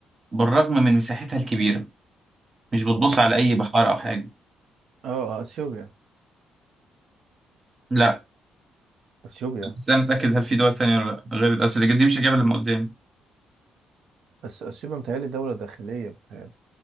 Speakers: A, on the right (about 35°); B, on the right (about 70°).
A: بالرغم من مساحتها الكبيره مش بتبص على اي بحار او حاجه
B: اه اثيوبيا
A: لا
B: اثيوبيا
A: بس انا اتاكد هل في دول تانية ولا لا غير الاسئله دي مش الاجابه اللي قدامي
B: بس اثيوبيا متهيألي دولة داخلية متهيألي